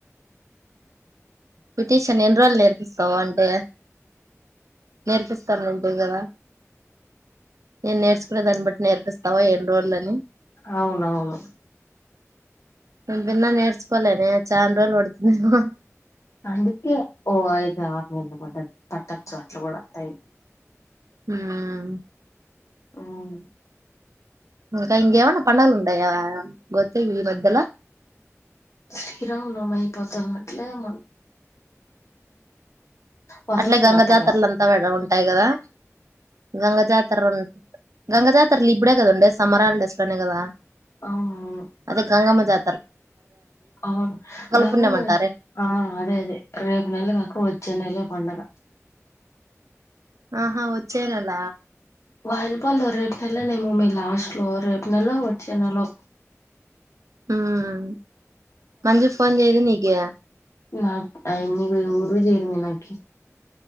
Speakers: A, on the right (about 80°); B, on the left (about 65°).
A: బ్యూటీషన్ ఎన్ని రోజుల్ నేర్పిస్తు త్తవ అంటే నేర్పిస్తారుంటే గదా నేను నేర్చుకునే దాన్ని బట్టి నేర్పిస్తావా ఎన్ని రోజులని
B: అవునవును
A: నే విన్న నేర్చుకోలేదే చానా రోజుల్ పడుతదేమో
B: అందుకే ఓ ఐదు ఆరు నెలలు పడ్డది పట్టొచ్చు అట్ల కూడా టైం
A: ఉమ్
B: అవును
A: ఇంకా ఇంగేమన్నా పండుగలు ఉండయా గొత్తే ఈ మధ్యల
B: శ్రీరామనవమి అయిపోతన్నట్లేమ వరలక్ష్మి
A: అట్లే గంగ
B: వ్రతం
A: జాతరలు
B: ఏమో.
A: అంతా ఉంటాయి గదా గంగ జాతర ఉంట గంగ జాతరలు ఇప్పుడే గదా ఉండేది సమ్మర్ హాలిడేస్ లోనే గదా
B: అవునవును
A: అదే గంగమ్మ జా
B: అవును గంగ
A: పుణ్యం అంటారే
B: ఆ అదే అదే రే నెల గాక వచ్చేనెల పండగ
A: ఆహా వచ్చేనెల
B: వాయిలీపాడ్ లో రేపు నెలనేమోమే లాస్ట్ లో రేపు నెలో వచ్చే నెలో
A: ఉమ్ మంజు ఫోన్ జేయదు నీకి
B: నాక్ అయమ్మి ఎవరు జేయరు మీ నాకి